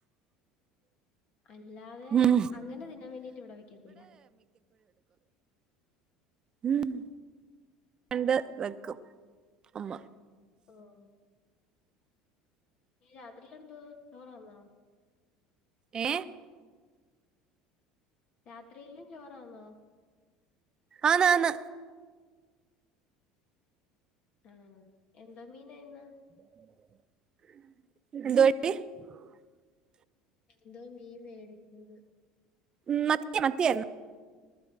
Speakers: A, on the left; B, on the right.
A: അല്ലാതെ
B: ഉം
A: അങ്ങനെ തിന്നാൻ വേണ്ടിട്ട് ഇവിടെ വെക്കത്തില്ല <inaudible>
B: ഹ്മ്മ് രണ്ട് വെക്കും അമ്മ
A: ഓ- ഈ രാത്രിയിലെന്തോ ചോറന്നോ
B: ഏ
A: രാത്രിയിലും ചോറാന്നോ
B: ആന്ന് ആന്ന്
A: ആ എന്തോ മീനാ ഇന്ന്
B: <unintelligible>
A: എന്തോ മീൻ മേടിച്ചത്
B: ഉം മത്തിയ മത്തിയ